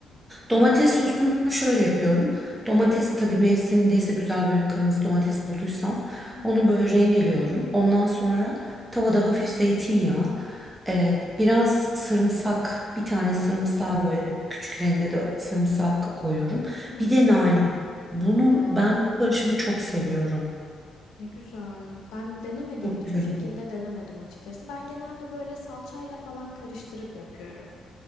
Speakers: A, on the right; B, on the left.
A: Domates sosunu şöyle yapıyorum. Domatesi tabii mevsimindeyse güzel böyle kırmızı domates bulduysam
B: Hı hı.
A: onu böyle rendeliyorum. Ondan sonra tavada hafif zeytinyağı, e, biraz sarımsak, bir tane sarımsağı böyle küçük rendede sarımsak koyuyorum.
B: Hı hı.
A: Bir de nane. Bunu
B: Nane.
A: ben bu karışımı çok seviyorum.
B: Ne güzel. Ben denemedim.
A: Çok
B: Hiç
A: güzel
B: o şekilde
A: oluyor.
B: denemedim açıkçası. Ben genelde böyle salçayla falan karıştırıp yapıyorum.